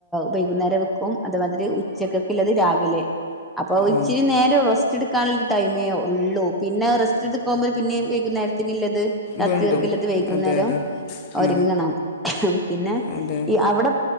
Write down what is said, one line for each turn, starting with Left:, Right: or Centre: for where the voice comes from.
Centre: വൈകുന്നേരം വെക്കും അതുമാതിരി ഉ ഉച്ചക്കക് ഉള്ളത് രാവിലെ. അപ്പൊ
Left: ആ
Centre: ഇച്ചിരി നേരെ റസ്റ്റ് എടുക്കാനുള്ളരു ടൈമേ ഉള്ളൂ. പിന്നെ റസ്റ്റ് ഇടക്കു പോകുമ്പോൾ പിന്നെ വൈകുന്നേരത്തിന് ഉള്ളത് രാത്രികക്ക്
Left: വീണ്ടും
Centre: ഉള്ളത് വൈകുന്നേരം
Left: അതെ അതെ
Centre: ഒരുങ്ങണം
Left: ആ
Centre: പിന്നെ
Left: അതെ
Centre: ഈ അവിടെ